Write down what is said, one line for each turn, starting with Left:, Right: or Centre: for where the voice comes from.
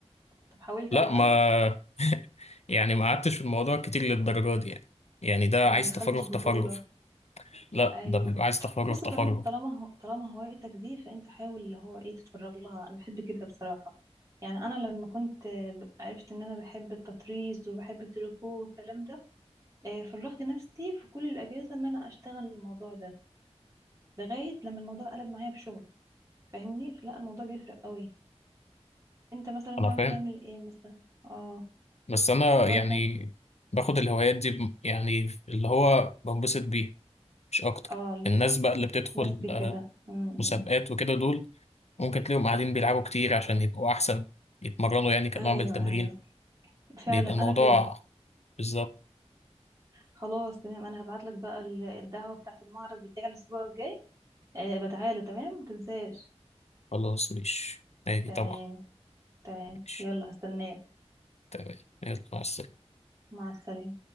Right: طب حاولت
Left: لا
Right: على الاقل
Left: ما <laughs> يعني ما قعدتش في الموضوع كتير للدرجه دي يعني يعني ده
Right: ما
Left: عايز
Right: دخلتش
Left: تفرغ
Right: بطولة
Left: تفرغ لا
Right: ايوه
Left: ده بيبقى عايز تفرغ
Right: بص
Left: تفرغ
Right: طالما طالما هو طالما هوايتك دي فانت حاول اللي هو ايه تتفرغ لها انا بحب كده بصراحة يعني انا لما كنت ب- عرفت ان انا بحب التطريز وبحب التريكو والكلام ده آه، فرغت نفسي في كل الاجازة ان انا اشتغل الموضوع ده لغاية لما الموضوع قلب معايا بشغل فاهمني لا الموضوع بيفرق قوي انت مثلا ناوي
Left: انا فاهم
Right: تعمل ايه مثلا اه
Left: بس انا
Right: ناوي
Left: يعني
Right: تعمل
Left: باخد الهوايات دي ب- يعني اللي هو بنبسط بيه مش اكتر
Right: اه
Left: الناس بقى اللي بتدخل
Right: بس
Left: آه،
Right: كده م
Left: مسابقات
Right: -م.
Left: وكده دول ممكن تلاقيهم قاعدين بيلعبوا كتير عشان يبقوا أحسن يتمرنوا يعني كنوع
Right: ايوه
Left: من التمرين
Right: ايوه فعلا
Left: بيبقى
Right: انا
Left: الموضوع
Right: كده
Left: بالظبط
Right: خلاص تمام انا هبعت لك بقى ال- الدعوة بتاعت المعرض بتاعي الاسبوع الجاي أه بتعالى تمام متنساش
Left: خلاص مش ماشي
Right: تمام
Left: طبعا
Right: تمام
Left: ماشي
Right: يلا هستناك
Left: تمام يلا مع السلامة
Right: مع السلامة